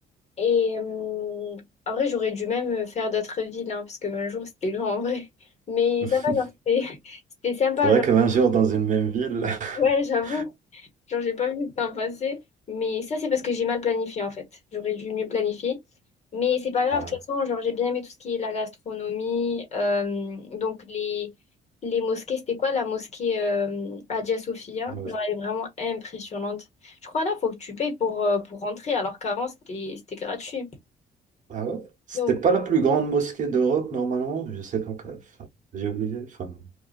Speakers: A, on the left; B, on the right.
A: Et euh, en vrai, j'aurais dû même faire d'autres villes, hein, parce que 20 jours, c'était long en vrai. Mais
B: <laughs>
A: ça va, genre, c'était <laughs> c'était sympa.
B: C'est vrai
A: Genre.
B: que 20 jours dans une même ville. <laughs>
A: Ouais, j'avoue. Genre, j'ai pas vu le temps passer. Mais ça, c'est parce que j'ai mal planifié, en fait. J'aurais dû mieux planifier. Mais c'est pas grave,
B: Ah,
A: de toute façon, genre, j'ai bien aimé tout ce qui est la gastronomie. euh, donc, les, les mosquées, c'était quoi la mosquée euh, Hagia Sophia?
B: ouais.
A: Genre, elle est vraiment impressionnante. Je crois là, faut que tu payes pour, euh, pour rentrer, alors qu'avant, c'était c'était gratuit.
B: Ah ouais? C'était
A: Donc,
B: pas la plus grande mosquée d'Europe normalement, je sais pas. quoi. Enfin, j'ai oublié. Enfin.